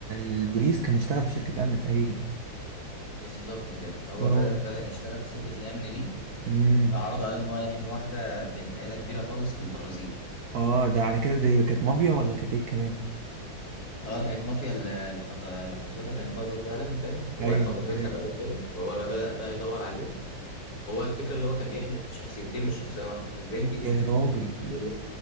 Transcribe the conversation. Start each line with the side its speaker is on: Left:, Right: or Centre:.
Right: البوليس كان اشتغل في شركة امن تقريبا
Left: بالظبط كده فهو
Right: اه
Left: بقى بدأ يشتغل في شركة الامن دي
Right: امم
Left: فعرض عليه ان هو يحمي واحدة بنت عيلة كبيرة خالص في البرازيل
Right: اه ده على كده دي كانت مافيا ولا كانت ايه الكلام
Left: اه كانت مافيا ال- اللي خط... اللي خطفتها كانت مافيا فعلا فاهم وخطفتها
Right: ايوه ايوه
Left: بقى وكده وهو بقى بدأ بقى يدور عليهم هو الفكرة اللي هو كان بيحمي شخصيتين مش شخصية واحدة البنت دي
Right: يا راجل
Left: والولد